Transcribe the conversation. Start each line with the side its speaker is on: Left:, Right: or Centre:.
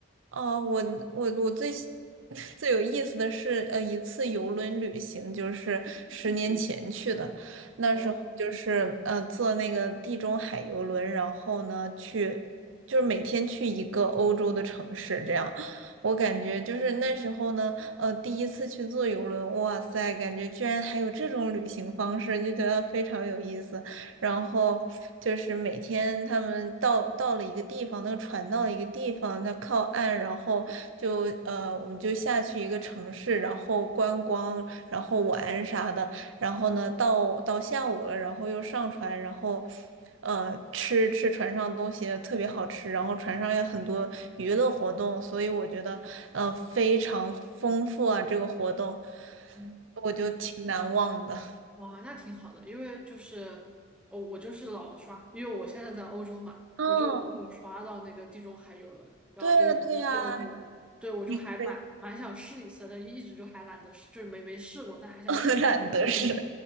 Right: 哦，我我我最喜 <laughs> 最有意思的是，呃，一次游轮旅行，就是十年嗯前去的。
Centre: 嗯，
Right: 那时候就是呃，
Centre: 哦，
Right: 坐那个地中海游轮，然后呢去，就是每天去一个欧洲的城市，这样。我感觉就是那时候呢，呃，第一次去坐游轮，哇塞，感觉居然还有这种旅行方式，就觉得非常有意思。然后就是每天他们到到了一个地方，那个船到了一个地方，它靠岸，然后就呃，我们就下去一个城市，然后观光，然后玩啥的。然后呢，到到下午了，然后又上船，然后呃吃吃船上的东西特别好吃，然后船上有很多娱乐活动，所以我觉得呃非常丰富啊，这个活动
Centre: 嗯。
Right: 我就挺难忘的。
Centre: 哇，那挺好的，因为就是我我就是老刷，因为我现在在欧洲嘛，
Right: 嗯，
Centre: 我就老有刷到那个地中海游轮，然后就也是去欧洲玩。
Right: 对呀，对呀，
Centre: 对，我就还蛮蛮想试一次的，
Right: 你可以，
Centre: 但一直就还懒得试，就是没没试过，但还想挺挺想体验一下，
Right: <laughs> 懒得是，